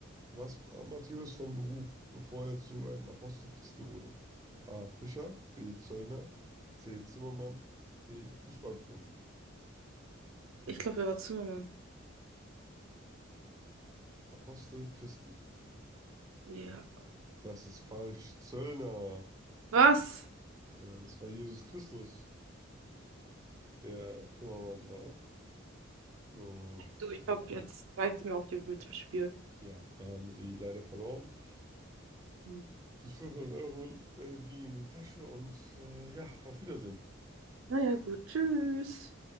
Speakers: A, on the right; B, on the right.
A: Was war Matthäus von Beruf, bevor er zu einem Apostel Christi wurde? A. Fischer, B. Zöllner, C. Zimmermann, D. Fußballprofi.
B: Ich glaube, er war Zimmermann.
A: Apostel Christi.
B: Ja.
A: Das ist falsch. Zöllner.
B: Was?
A: Äh, Das war Jesus Christus, der Zimmermann war. Und
B: Du, ich
A: ja,
B: glaube, jetzt reizt mir auch hier mit dem Spiel.
A: ja, haben sie leider verloren.
B: Hm.
A: Die 500 Euro äh, liegen in die Tasche und äh, ja, auf Wiedersehen.
B: Naja, gut, tschüss.